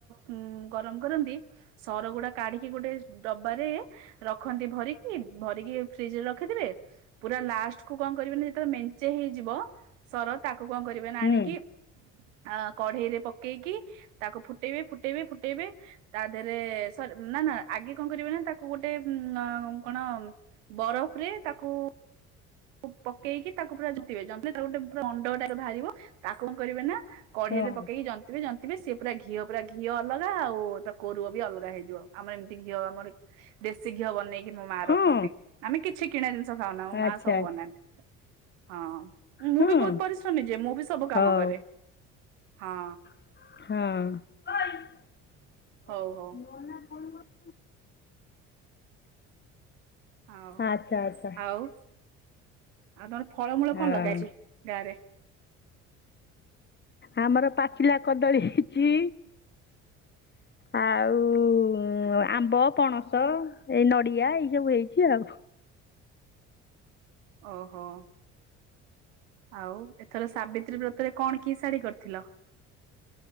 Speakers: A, on the right (about 85°); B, on the left (about 30°).
A: ଉଁ, ଗରମ କରନ୍ତି ସର ଗୁଡା କାଢିକି ଗୋଟେ ଡବାରେ ରଖନ୍ତି ଭରିକି, ଭରିକି ଫ୍ରିଜ୍ ରେ ରଖିଥିବେ। ପୁରା ଲାଷ୍ଟ କୁ କଣ କରିବେ ନି ଯେତେବେଳେ ମେଞ୍ଚେ ହେଇଯିବ। ସର ତାକୁ କଣ କରିବେ ନା
B: ହୁଏ।
A: ଆଣିକି ଆ, କଢେଇରେ ପକେଇକି ତାକୁ ଫୁଟେଇବେ ଫୁଟେଇବେ ଫୁଟେଇବେ ତା ଦେହରେ ସରି ନା, ନା ଆଗେ କଣ କରିବେ ନା ତାକୁ ଗୋଟେ ଉଁ, ଅଁ, ଉଁ, କଣ ବରଫରେ ତାକୁ କୁ ପକେଇକି ତାକୁ ପୁରା ଜନ୍ତିବେ ଜନ୍ତିଲେ ତାକୁ ଗୋଟେ ପୁରା ଅଣ୍ଡଟା ଯୋଉ ବାହାରିବ, ତାକୁ କଣ କରିବେ ନା କଢେଇରେ
B: ହୁଁ
A: ପକେଇକି ଜନ୍ ଜନ୍ତିବେ ଜନ୍ତିବେ ସିଏ ପୁରା ଘିଅ ପୁରା ଘିଅ ଅଲଗା ଆଉ ତା କୋରୁଅ ବି ଅଲଗା ହେଇଯିବ। ଆମର ଏମିତି ଘିଅ ଆମର ଦେଶୀ ଘିଅ ବନେଇକି ମୋ ମା
B: ହଁ
A: ରଖନ୍ତି, ଆମେ କିଛି କିଣା ଜିନିଷ ଖାଉନା। ମୋ ମା
B: ଆଚ୍ଛା
A: ସବୁ ବନାନ୍ତି ହଁ। ମୁଁ
B: ହଁ
A: ବି
B: ଆଚ୍ଛା ଆଚ୍ଛା
A: ବହୁତ ପରିଶ୍ରମୀ ଯିଏ, ମୁଁ ବି ସବୁ କାମ
B: ହଁ ହଉ
A: କରେ, ହଁ।
B: ହଁ।
A: ହଉ ହଉ ଆଉ ହଉ
B: ଆଚ୍ଛା, ଆଚ୍ଛା।
A: ଆଉ ଆଉ ତୋମର ଫଳମୂଳ
B: ହଁ
A: କଣ ଲଗା ଅଛି ଗାଁ ରେ?
B: ଆମର ପାଚିଲା କଦଳୀ ହେଇଚି। ଆଉ ଉଁ, ଆମ୍ବ, ପଣସ ଏଇ ନଡିଆ ଏଇ ସବୁ ହେଇଛି ଆଉ।
A: ଓହୋ। ଆଉ ଏଥର ସାବିତ୍ରୀ ବ୍ରତରେ କଣ କି ଶାଢୀ କରିଥିଲ?